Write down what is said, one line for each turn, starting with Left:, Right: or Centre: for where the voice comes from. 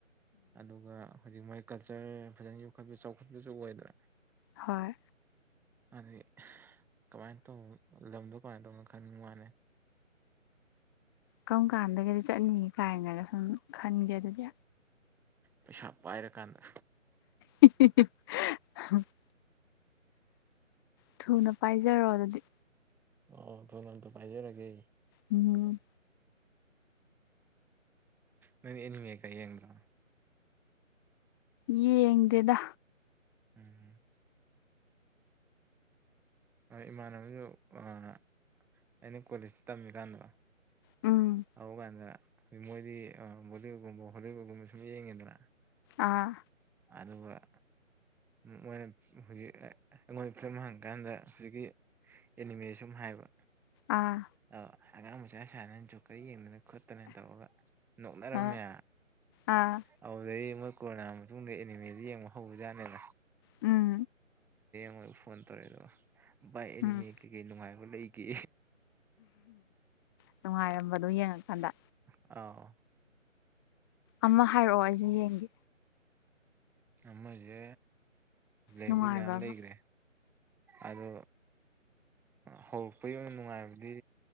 Centre: ꯑꯗꯨꯒ ꯍꯧꯖꯤꯛ ꯃꯣꯏ ꯀꯜꯆꯔ ꯐꯖꯅ ꯌꯣꯛꯈꯠꯄ ꯆꯥꯎꯈꯠꯄꯁꯨ ꯑꯣꯏꯗꯅ
Left: ꯍꯣꯏ
Centre: ꯑꯗꯤ ꯀꯃꯥꯏꯅ ꯇꯧꯅꯣ ꯂꯝꯗꯣ ꯀꯃꯥꯏꯅ ꯇꯧꯅꯣ ꯈꯪꯅꯤꯡꯕ ꯃꯥꯅꯤ
Left: ꯀꯔꯝ ꯀꯥꯟꯗꯒꯗꯤ ꯆꯠꯅꯤ ꯀꯥꯏꯅꯒ ꯁꯨꯝ ꯈꯟꯒꯦ ꯑꯗꯨꯗꯤ
Centre: ꯄꯩꯁꯥ ꯄꯥꯏꯔꯀꯥꯟꯗ
Left: <unintelligible> <unintelligible> ꯊꯨꯅ ꯄꯥꯏꯖꯔꯣ ꯑꯗꯨꯗꯤ
Centre: ꯑꯣ ꯇ ꯅꯇ ꯄꯖꯦꯔꯒꯦ
Left: ꯎꯝ
Centre: ꯅ ꯑꯦꯅꯤꯃꯦꯀꯥꯏ ꯌꯦꯡꯗ
Left: ꯌꯦꯡꯗꯦꯗ
Centre: ꯎꯝ ꯏꯃꯥꯟꯅꯕꯁꯨ ꯑꯩꯅ ꯀꯣꯂꯦꯖꯇ ꯇꯝꯃꯤꯀꯥꯟꯗ
Left: ꯎꯝ
Centre: ꯍꯒꯗ꯭ꯔ ꯃꯣꯏꯗꯤ ꯕꯣꯂꯤꯋꯨꯗꯀꯨꯝꯕ ꯍꯣꯂꯤꯋꯨꯗꯀꯨꯝꯕ ꯁꯨꯝ ꯌꯦꯡꯉꯦꯗꯅ
Left: ꯑꯥ
Centre: ꯑꯗꯨꯒꯕ ꯃꯣꯏꯅ ꯍꯧꯖꯤꯛ ꯑꯩꯉꯣꯟꯗ ꯐꯤꯂꯝ ꯍꯪꯉꯀꯥꯟꯗ ꯍꯧꯖꯤꯛꯀꯤ ꯑꯦꯅꯤꯃꯦ ꯁꯨꯝ ꯍꯥꯏꯕ
Left: ꯑꯥ
Centre: ꯑꯧ ꯑꯉꯥꯡ ꯃꯆꯥ ꯁꯅꯅꯁꯨ ꯀꯔꯤ ꯌꯦꯡꯗꯅ ꯈꯣꯠꯇꯅꯦꯅ ꯇꯧꯔꯒ ꯅꯣꯛꯅꯔꯝꯃꯦ
Left: ꯑ ꯑꯥ
Centre: ꯑꯗꯨꯩ ꯀꯣꯔꯣꯅꯥ ꯃꯇꯨꯡꯗ ꯑꯦꯅꯤꯃꯦꯗ ꯌꯦꯡꯕ ꯍꯧꯕꯖꯥꯠꯅꯤꯅ
Left: ꯎꯝ
Centre: ꯃꯣꯏ ꯐꯣꯟ ꯇꯧꯔꯛꯑꯦ ꯑꯗꯣ ꯕꯥꯏ ꯑꯦꯅꯤꯃꯦ
Left: ꯎꯝ
Centre: ꯀꯩꯀꯩ ꯅꯨꯡꯉꯥꯏꯕ ꯂꯩꯒꯦ
Left: ꯅꯨꯡꯉꯥꯏꯔꯝꯕꯗꯣ ꯌꯦꯡꯉꯀꯥꯟꯗ
Centre: ꯑ
Left: ꯑꯃ ꯍꯥꯏꯔꯛꯑꯣ ꯑꯩꯁꯨ ꯌꯦꯡꯒꯦ
Centre: ꯑꯃꯁꯦ ꯂꯩꯗꯤ
Left: ꯅꯨꯡꯉꯥꯏꯕ
Centre: ꯃꯌꯥꯝ
Left: ꯑꯃ
Centre: ꯂꯩꯈ꯭ꯔꯦ ꯑꯗꯣ ꯍꯧꯔꯛꯄꯒꯤ ꯑꯣꯏꯅ ꯅꯨꯡꯉꯥꯏꯕꯗꯤ